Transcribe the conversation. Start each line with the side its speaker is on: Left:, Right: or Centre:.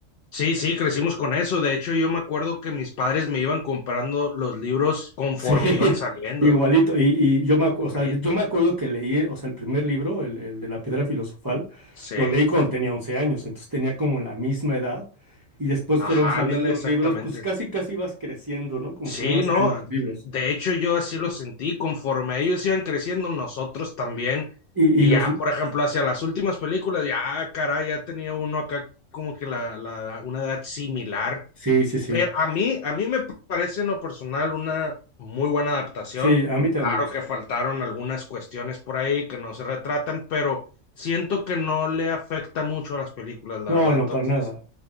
Left: sí, sí, crecimos con eso. De hecho, yo me acuerdo que mis padres me iban comprando los libros conforme
Right: Sí, <laughs>
Left: iban saliendo,
Right: igualito. Y, y yo me, acu-
Left: igualito.
Right: o sea, yo me acuerdo que leí, o sea, el primer libro, el, el de la piedra filosofal,
Left: Sí,
Right: lo leí cuando tenía 11 años, entonces tenía como la misma edad. Y después
Left: ajá,
Right: fueron saliendo
Left: ándale,
Right: los
Left: exactamente.
Right: libros, pues casi, casi vas creciendo, ¿no? Conforme
Left: Sí,
Right: van saliendo
Left: no,
Right: los libros.
Left: de hecho yo así lo sentí, conforme ellos iban creciendo, nosotros también,
Right: Y,
Left: y
Right: y los...
Left: ya, por ejemplo, hacia las últimas películas, ya, caray, ya tenía uno acá como que la, la, una edad similar,
Right: Sí, sí, sí.
Left: pero a mí, a mí me parece en lo personal una muy buena adaptación,
Right: Sí, a mí también
Left: claro
Right: me gusta.
Left: que faltaron algunas cuestiones por ahí que no se retratan, pero siento que no le afecta mucho a las películas, la
Right: No,
Left: verdad,
Right: no,
Left: entonces,
Right: para nada.